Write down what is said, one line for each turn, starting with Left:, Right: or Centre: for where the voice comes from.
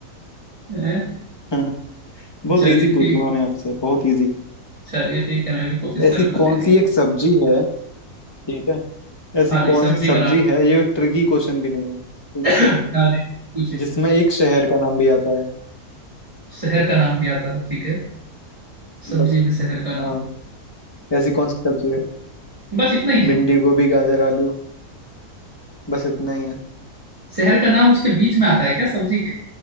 Right: मैं। हैं?
Left: है <laughs> बहुत
Right: चलिए
Left: इजी
Right: ठीक
Left: पूछूंगा मैं आपसे बहुत इजी
Right: चलिए ठीक है मैं भी कोशिश करूंगा
Left: ऐसी कौन
Right: देने
Left: सी
Right: का
Left: एक सब्जी है ठीक है ऐसी
Right: हाँ
Left: कौन
Right: जी सब्जी
Left: सी सब्जी
Right: का नाम
Left: है ये ट्रिकी क्वेश्चन भी नहीं है ठीक
Right: <clears throat> <coughs>
Left: है
Right: हाँ जी पूछिए
Left: जिसमें एक शहर का नाम भी आता है
Right: शहर का नाम भी आता है ठीक है सब्जी
Left: बट
Right: में शहर का नाम
Left: हाँ ऐसी कौन सी सब्जी है
Right: बस इतना ही है
Left: भिंडी गोभी गाजर आलू बस इतना ही है
Right: शहर का नाम उसके बीच में आता है क्या सब्जी के